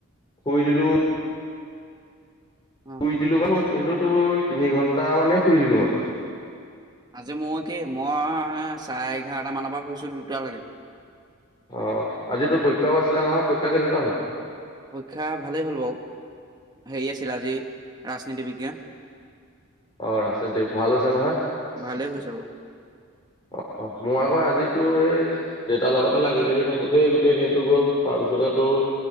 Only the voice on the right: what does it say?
অ
আজি মই কি মই চাৰে এঘাৰটা মানৰ পৰা শুইছো দুটালৈকে।
পৰীক্ষা ভালেই হ'ল বাও হেৰি আছিল আজি ৰাজনীতি বিজ্ঞান।
ভালেই হৈছে বাৰু